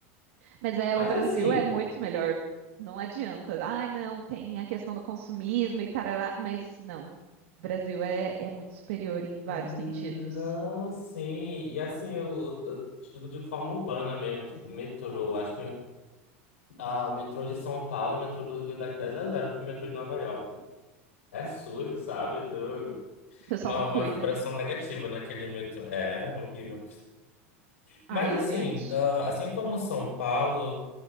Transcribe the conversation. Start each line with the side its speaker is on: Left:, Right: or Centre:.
Right: Mas é,
Left: Mas
Right: o Brasil
Left: assim,
Right: é muito melhor. Não adianta. Ai, não, tem a questão do consumismo e tarará, mas não. O Brasil é, é muito superior em vários
Left: hum,
Right: sentidos.
Left: não, sim. E assim, eu, eu eu digo de forma urbana mesmo, tipo, metrô. Acho que Ah, o metrô de São Paulo, o metrô do Rio dá de 10 a 0 do metrô de Nova York. É sujo, sabe? Tu-
Right: O pessoal
Left: Uma,
Right: não cuida.
Left: uma vibração negativa naquele metrô. É horrível. Mas
Right: Ai,
Left: assim,
Right: agoniante.
Left: ah, assim como São Paulo,